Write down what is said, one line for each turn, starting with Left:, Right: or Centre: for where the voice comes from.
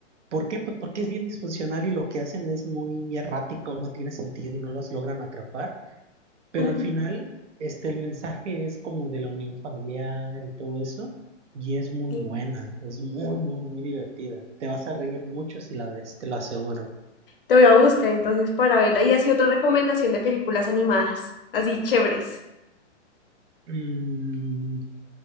Right: ¿Por qué? Pues porque es bien disfuncional y lo que hacen es muy errático, no tiene sentido y no los logran atrapar. Pero
Left: ujú,
Right: al final, este, el mensaje es como de la unión familiar y todo eso, y es muy
Left: sí.
Right: buena, es muy, muy, muy divertida. Te vas a reír mucho si la ves, te lo aseguro.
Left: Te voy a buscar entonces para verla. Y así otra recomendación de películas animadas, así chéveres.
Right: Mm,